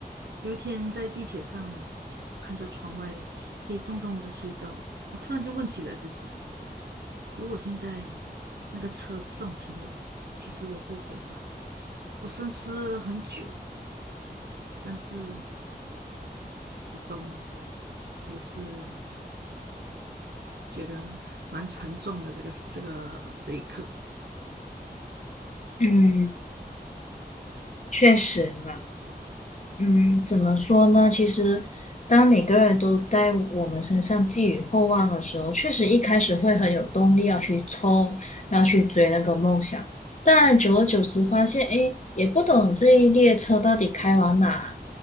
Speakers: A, on the right (about 85°); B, on the left (about 45°).
A: 有一天在地铁上看着窗外黑洞洞的隧道，我突然就问起了自己：如果现在那个车撞停了，其实我后悔吗？我深思了很久，但是。失踪，还是觉得蛮沉重的这个这个这一刻。
B: 嗯，确实啦。嗯，怎么说呢？其实，当每个人都在我们身上寄予厚望的时候，确实一开始会很有动力要去冲，要去追那个梦想。但久而久之，发现，哎，也不懂这一列车到底开往哪，